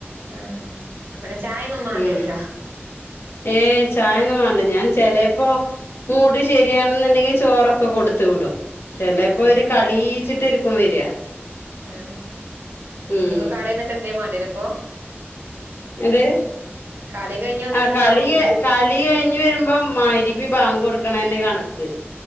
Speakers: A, on the right; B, on the left.
A: ആഹ് അപ്പൊന്നെ ചായൊന്നും മാണ്ടിര്ല്ല.
B: ഉം ഏയ് ചായൊന്നും വേണ്ട ഞാൻ ചെലേപ്പോ മൂട് ശരിയാണ്ന്ന്ണ്ടെങ്കി ചോറൊക്കെ കൊട്ത്തു വിടും. ചെലേപ്പം
A: ഉം
B: ഒര് കളീച്ചിട്ടാര്ക്കും വരാ.
A: ഉം
B: ഉം
A: ഇനിയിപ്പോ കാളിയന്നിട്ട് എന്തേ മാണ്ടി വരോപ്പൊ?
B: എന്ത്
A: കളി കഴിഞ്ഞ് വന്നാ
B: ആഹ്
A: എന്തേ
B: കളി
A: വേണ്ടിരോ
B: കളി ളി കയ്ഞ്ഞ് വരുമ്പം മഗ്‌രിബ് ബാങ്ക് കൊട്ക്ക്ണെന്നെ കണക്ക്